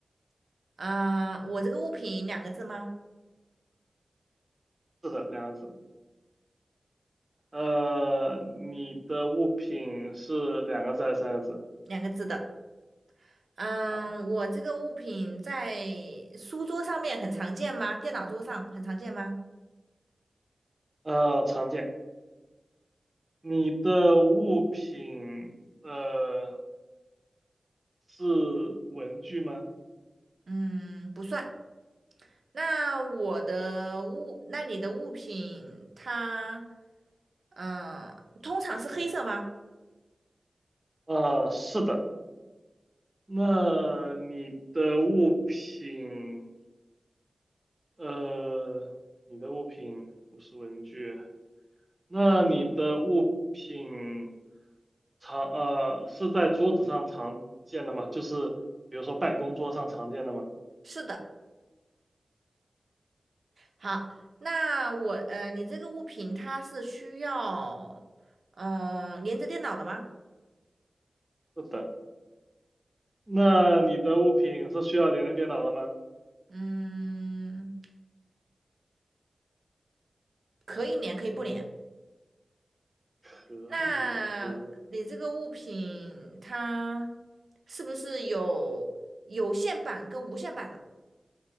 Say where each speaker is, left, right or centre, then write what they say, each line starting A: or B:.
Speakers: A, on the right; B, on the right.
A: 啊、我这个物品两个字吗？
B: 是的，两个字。呃，你的物品是两个字还是三个字？
A: 两个字的。嗯，
B: 好，
A: 我这个物品在书桌上面很常见吗？电脑桌上很常见吗？
B: 呃，常见。你的物品呃是文具吗？
A: 嗯，不算。那我的物，那你的物品它，嗯，通常是黑色吗？
B: 呃，是的。那你的物品呃，你的物品不是文具，那你的物品常呃是在桌子上常见的吗？就是比如说办公桌上常见的吗？
A: 是的。好，那我，呃，你这个物品它是需要，嗯，连着电脑的吗？
B: 是的，那你的物品是需要连着电脑的吗？
A: 嗯，可以连，可以不连。
B: 嗯，可以连，
A: 那你这个物品它
B: 可以连。
A: 是不是有有线版跟无线版的？